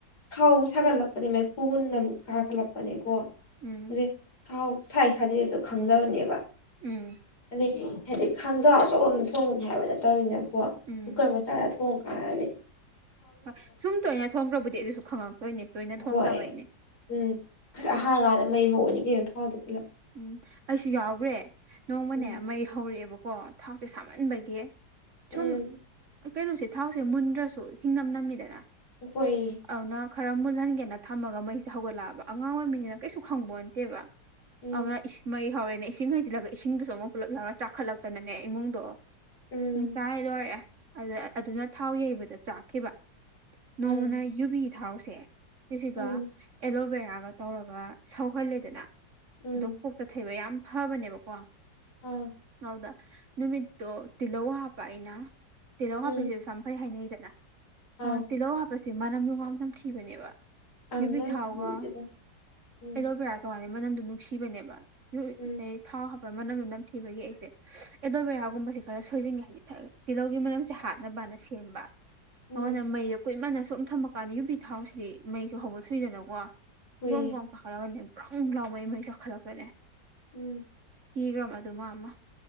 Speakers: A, on the left (about 65°); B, on the right (about 50°).
A: ꯊꯥꯎꯕꯨ ꯁꯥꯒꯠꯂꯛꯄꯅꯦ ꯃꯩꯈꯨꯕꯨ ꯅꯝ ꯀꯥꯈꯠꯂꯛꯄꯅꯦꯀꯣ
B: ꯎꯝ
A: <unintelligible> ꯊꯥꯎ ꯁꯥꯏ ꯁꯥꯗꯦꯗꯣ ꯈꯪꯗꯕꯅꯦꯕ
B: ꯎꯝ
A: ꯑꯗꯩꯗꯤ ꯍꯥꯏꯗꯤ ꯈꯥꯡꯖꯥꯎ ꯑꯆꯧꯕ ꯑꯝꯗ ꯊꯣꯡꯕꯅꯤ ꯍꯥꯏꯕ ꯅꯠꯇꯕꯅꯤꯅꯀꯣ
B: ꯎꯝ
A: ꯀꯨꯀꯔ ꯃꯆꯥꯗ ꯊꯣꯡꯉꯀꯥꯟꯗꯗꯤ
B: ꯍꯣꯏ ꯁꯨꯝ ꯇꯣꯏꯅ ꯊꯣꯡꯈ꯭ꯔꯕꯨꯗꯤ ꯑꯗꯨꯁꯨ ꯈꯪꯉꯛꯇꯣꯏꯅꯦ ꯇꯣꯏꯅ
A: ꯍꯣꯏ
B: ꯊꯣꯡꯗꯕꯩꯅꯦ
A: ꯎꯝ <unintelligible> ꯑꯍꯥꯟ ꯀꯥꯟꯗ ꯃꯩ ꯍꯧꯕꯅꯤ ꯀꯩꯩꯅꯣ ꯊꯥꯎꯗꯣ ꯄꯨꯂꯞ
B: ꯎꯝ ꯑꯩꯁꯨ ꯌꯥꯎꯒ꯭ꯔꯦ ꯅꯣꯡꯃꯅꯦ
A: ꯎꯝ
B: ꯃꯩ ꯍꯧꯔꯛꯑꯦꯕꯀꯣ ꯊꯥꯎꯁꯦ ꯁꯥꯃꯟꯕꯒꯤ
A: ꯎꯝ
B: ꯁꯨꯝ ꯀꯩꯅꯣꯁꯦ ꯊꯥꯎꯁꯦ ꯃꯨꯟꯗ꯭ꯔꯁꯨ ꯍꯤꯡꯅꯝ ꯅꯝꯃꯤꯗꯅ
A: ꯍꯣꯏ
B: ꯑꯗꯨꯅ ꯈꯔ ꯃꯨꯜꯍꯟꯒꯦꯅ ꯊꯝꯃꯒ ꯃꯩꯁꯦ ꯍꯧꯒꯠꯂꯛꯑꯕ ꯑꯉꯥꯡ ꯑꯣꯏꯃꯤꯅ ꯀꯩꯁꯨ ꯈꯪꯄꯣꯟꯇꯦꯕ
A: ꯎꯝ
B: ꯑꯗꯨꯅ ꯏꯁ ꯃꯩ ꯍꯧꯔꯦꯅ ꯏꯁꯤꯡ ꯍꯩꯖꯤꯜꯂꯒ ꯏꯁꯤꯡꯗꯨꯁꯨ ꯑꯃꯨꯛ ꯄꯨꯂꯞ ꯌꯥꯎꯔ ꯆꯥꯛꯈꯠꯂꯛꯇꯅꯅꯦ ꯏꯃꯨꯡꯗꯣ
A: ꯎꯝ
B: ꯄꯨꯡꯆꯥꯏ ꯂꯣꯏꯔꯦ ꯑꯗꯨ ꯑꯗꯨꯅ ꯊꯥꯎ ꯌꯩꯕꯗ ꯆꯥꯛꯈꯤꯕ
A: ꯑꯥ
B: ꯅꯣꯡꯃꯅ ꯌꯨꯕꯤ ꯊꯥꯎꯁꯦ ꯁꯤꯁꯤꯒ
A: ꯎꯝ
B: ꯑꯦꯂꯣꯕꯦꯔꯥꯒ ꯇꯧꯔꯒ ꯁꯧꯍꯜꯂꯦꯗꯅ
A: ꯎꯝ
B: ꯑꯗꯣ ꯀꯣꯛꯇ ꯊꯩꯕ ꯌꯥꯝ ꯐꯕꯅꯦꯕꯀꯣ
A: ꯑꯥ
B: <unintelligible> ꯅꯨꯃꯤꯠꯇꯣ ꯇꯤꯜꯂꯧ ꯍꯥꯞꯄ ꯑꯩꯅ ꯇꯤꯜꯂꯧ
A: ꯎꯝ
B: ꯍꯥꯞꯄꯤꯖꯦ ꯁꯝ ꯐꯩ ꯍꯥꯏꯅꯩꯗꯅ
A: ꯑꯥ
B: <unintelligible> ꯇꯤꯜꯂꯧ ꯍꯥꯞꯄꯁꯦ ꯃꯅꯝ ꯌꯨꯡ ꯌꯥꯝ ꯅꯝꯊꯤꯕꯅꯦꯕ
A: ꯑꯪ
B: ꯌꯨꯕꯤ
A: ꯅꯝꯊꯤꯕꯒꯤꯗꯨꯗ
B: ꯊꯥꯎꯒ
A: ꯎꯝ
B: ꯑꯦꯂꯣꯕꯦ <unintelligible> <unintelligible> ꯃꯅꯝꯗꯣ ꯅꯨꯡꯁꯤꯕꯅꯦꯕ
A: ꯎꯝ
B: ꯑꯩ ꯊꯥꯎ ꯍꯥꯞꯄ ꯃꯅꯝꯗꯣ ꯅꯝꯊꯤꯕꯒꯤ ꯑꯩꯁꯦ ꯑꯦꯗꯣꯕꯦꯔꯥꯒꯨꯝꯕꯁꯦ ꯈꯔ ꯁꯣꯏꯖꯤꯟꯒꯦ ꯍꯥꯏꯗꯤ ꯇꯤꯜꯍꯧꯒꯤ ꯃꯅꯝꯁꯦ ꯍꯥꯠꯅꯕꯅ ꯁꯦꯝꯕ
A: ꯎꯝ
B: <unintelligible> ꯃꯩꯗꯣ ꯀꯨꯏꯃꯟꯗꯅ ꯁꯨꯝ ꯊꯝꯃꯀꯥꯟꯗ ꯌꯨꯕꯤ ꯊꯥꯎꯁꯤꯗꯤ ꯃꯩꯁꯨ ꯍꯧꯕ ꯊꯨꯏꯗꯅꯀꯣ
A: ꯍꯣꯏꯌꯦ
B: ꯕ꯭ꯔꯣꯡ ꯕ꯭ꯔꯣꯡ ꯀꯥꯈꯠꯂꯒꯅꯦ ꯕ꯭ꯔꯡ ꯂꯥꯎ ꯃꯩ ꯃꯩ ꯆꯥꯛꯈꯠꯂꯛꯄꯅꯦ
A: ꯎꯝ
B: ꯀꯤꯒ꯭ꯔꯕ ꯑꯗꯨ ꯃꯥ ꯑꯃ